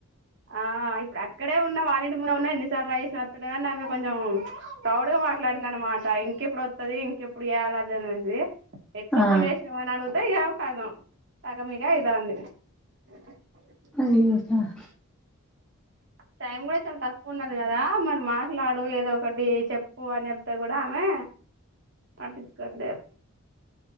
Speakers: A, on the right; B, in the centre.
A: ఆ ఇప్పుడు అక్కడే ఉన్న వాల్లింటి ఉన్నా ఎన్నిసార్లు ట్రై చేసిన ఎత్తలేదని నా మీద కొంచెం ప్రౌడ్గా మాట్లాడిందనమాట టైం కి ఎప్పుడు వత్తది ఇంకెప్పుడు చేయ్యాలది అనేసి ఎట్లు
B: ఆ
A: ప నషమా నాడు <unintelligible> ఇగ ఖతం కక మిక అయితాంది <unintelligible>
B: అయో పాపం
A: టైం కూడా చాలా తక్కువ ఉన్నది కదా మరి మాట్లాడు ఏదో ఒకటి చెప్పు అని చెప్తే కూడా ఆమె పట్టిచ్చుకొట్లేదు